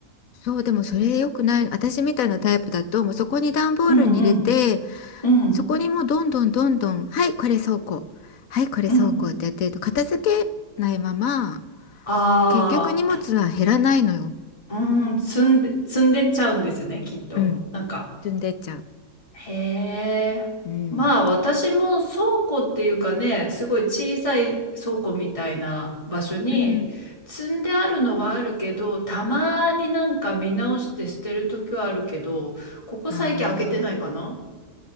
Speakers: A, on the left; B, on the left.
A: そう、でもそれ良くない。私みたいなタイプだと、もうそこに段ボールに入れて、
B: うんうん、うん
A: そこにもうどんどんどんどん、はい、これ倉庫。はい、これ倉庫ってやってると、
B: うん。
A: 片付けないまま、
B: ああ。
A: 結局荷物は減らないのよ。
B: うーん、積んで、積んでっちゃうんですね、きっと。
A: うん。
B: なんか、
A: 積んでっちゃう。
B: へえ。
A: うん。
B: まあ私も倉庫っていうかね、すごい小さい倉庫みたいな場所に積んであるのはあるけど、
A: うん。
B: たまになんか見直して捨てる時はあるけど、ここ最近開けてないかな。
A: ああ。